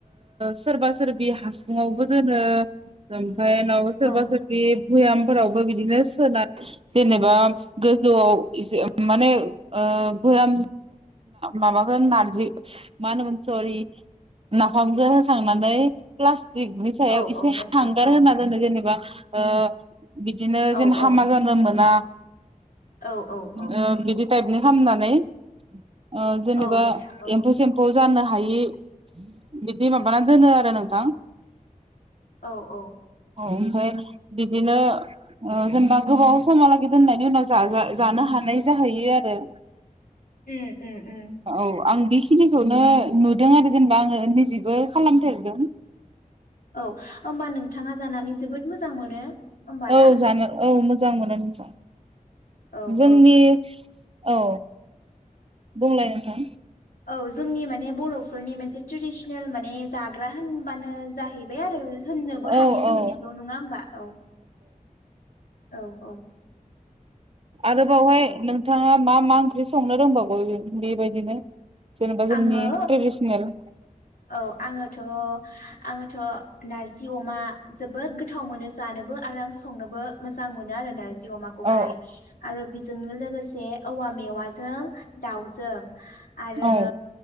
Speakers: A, on the right; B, on the left.
A: सोरबा सोरबि हासुङावबो दोनो <unintelligible> <unintelligible> सोरबा
B: औ
A: सोरबि भयामफोरावबो बिदिनो सोना जेनेबा गोजौआव एसे माने भयाम माबाखौ नारजि मा होनोमोन सरि नाफामखौ होखांनानै प्लास नि सायाव
B: औ
A: इसे
B: औ नोंथां
A: हांगार
B: औ
A: होना दोनो जेनेबा ओ बिदिनो
B: औ
A: जेन
B: औ
A: हामा जानो मोना
B: औ औ औ
A: ओ बिदि टाइपनि खालामनानै आ जेनेबा
B: औ नोंथां औ
A: एम्फौ सेम्फौ जानो हायि बिदि माबानानै दोनो आरो नोंथां
B: औ औ
A: औ ओमफ्राय बिदिनो जेनेबा गोबाव समहालागै दोननायनि उनाव जानो हानाय जाहैयो आरो
B: उम उम
A: औ आं बेखिनिखौनो नुदों आरो जेनेबा आङो निजेबो खालामफेरदों
B: औ होमबा नोंथाङा जानानै जोबोद मोजां मोनो होमबा
A: औ
B: ना
A: जानो औ मोजां मोजां मोनो नोंथां।
B: औ
A: जोंनि
B: औ
A: औ। बुंलाय नोंथां
B: औ जोंनि माने बर'फोरनि मोनसे ट्रेडिसनेल माने जाग्रा होनबानो जाहै बे आरो होननोबो हायो
A: औ
B: जोङो
A: औ
B: बेखौ नङा होमबा औ। औ औ।
A: आरो बावहाय नोंथाङा मा मा ओंख्रि संनो रोंबावगौ बेबायदिनो? जेनेबा
B: आङो
A: जोंनि ट्रेडिसनेल
B: औ आङोथ' आङोथ' ना नारजि अमा जोबोद गोथाव मोनो जानोबो आरो आं संनोबो मोजां मोनो आरो ना जि अमाखौहाय
A: औ
B: आरो बेजोंनो लोगोसे जे औवा मेवाजों दाउजों <unintelligible> आरो
A: औ